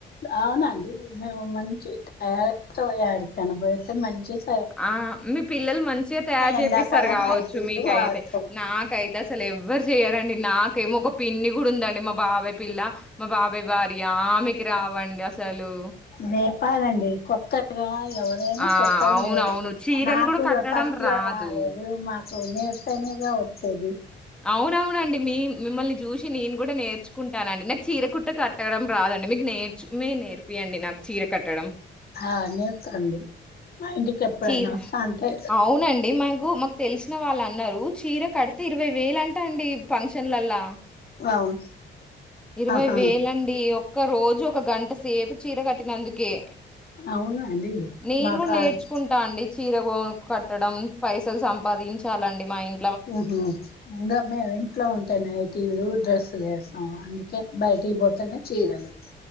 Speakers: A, on the left; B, in the centre.
A: అవునండి మేము మంచి తయతో ఏడికన్నా పోయితే మంచిగా
B: ఆ మీ పిల్లలు మంచిగా తయారు
A: ఎండాకాలం
B: చేపిస్తారు కావచ్చు
A: నైటీలు
B: మీకైతే
A: వాడతాం
B: నాకై అసలు ఎవ్వరు చెయ్యరండి నాకేమో ఒక పిన్ని కూడా ఉందండి మా బాబయ్ పిల్ల మా బాబాయ్ భార్య ఆమెకి రావం అసలు
A: నేర్ ప్పాదండి కొత్తగా ఎవరైనా
B: ఆ!
A: కొత్తగా
B: అవునవును.
A: నేర్చుకో
B: చీరలు
A: నాకు
B: గూడా కట్టడం
A: ఫస్ట్
B: రాదు.
A: లో రాలేదు మాకు నేర్క్ తేనేగా వచ్చేది
B: అవునవునండి మీ మిమ్మల్ని చూసి నేను కూడా నేర్చుకుంటానండి నాకు చీర కుట్ట కట్టడం రాదండి మీకు నేర్చు నేర్పియండి నాకు చీర కట్టడం
A: ఆ నేర్పుతా అండి మా ఇంటికి ఎప్పుడన్నా
B: చీర
A: వస్తా అంటే
B: అవునండి. మాకు మాకు తెలిసిన వాళ్ళు అన్నారు చీర కడితే ఇరవై వేలు అంటా అండి ఫంక్షన్లల్లా
A: అవును
B: ఇరవై
A: ఆహా
B: వెలండి ఒక రోజు ఒక గంట సేపు చీర కట్టినందుకే
A: అవునండి
B: నేను
A: మాకడ్
B: గూడా నేర్చుకుంటా అండి చీర కొను కట్టడం పైసలు సంపాదించాలండి మా ఇం
A: హ హంగ రా ఇంట్లో ఉంటానే ఐటీలు డ్రెస్ చేస్త ఆ అందుకే బయటకి పోతేనే చీరలు